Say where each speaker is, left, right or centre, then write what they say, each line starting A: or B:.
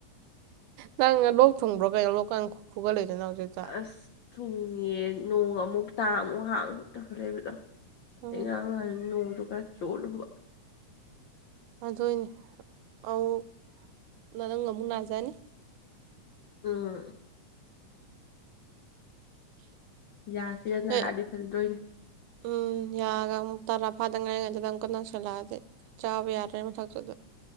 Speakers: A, on the right (about 85°); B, on the left (about 80°).
A: ꯅꯪ ꯂꯣꯛ ꯊꯨꯡꯕ꯭ꯔꯣ ꯀꯩꯅꯣ ꯂꯣꯛ ꯀꯥꯟ ꯈꯨꯒꯠꯂꯛꯏꯗꯨꯅ ꯍꯧꯖꯤꯛ
B: ꯑꯁ ꯊꯨꯡꯉꯤꯌꯦ ꯅꯣꯡ ꯑꯃꯨꯛ ꯇꯥ ꯑꯃꯨꯛ ꯍꯥꯡ ꯇꯧꯔ ꯂꯩꯕꯗꯣ
A: ꯎꯝ
B: ꯑꯩ ꯉꯥꯔꯥꯡ ꯅꯍꯥꯟ ꯅꯣꯡꯖꯨ ꯈꯔꯥ ꯆꯣꯠꯂꯨꯕ
A: ꯑꯗꯨꯏꯅꯦ ꯑꯧ ꯅꯪ ꯑꯃꯨꯛ ꯅꯥꯖꯅꯤ
B: ꯎꯝ ꯌꯥꯁꯤꯒ ꯅꯥꯔꯗꯤ
A: ꯅꯣꯏ
B: ꯐꯖꯗꯣꯏꯅꯦ
A: ꯎꯝ ꯌꯥꯒ ꯑꯃꯨꯛ ꯇꯔꯥ ꯐꯥꯗ ꯉꯔꯤ ꯉꯩꯁꯤꯗ ꯑꯃꯨꯛꯀ ꯅꯁꯤꯜꯂꯛꯑꯗꯤ ꯆꯥꯕ ꯌꯥꯗ꯭ꯔꯤ ꯃꯊꯛꯁꯤꯗ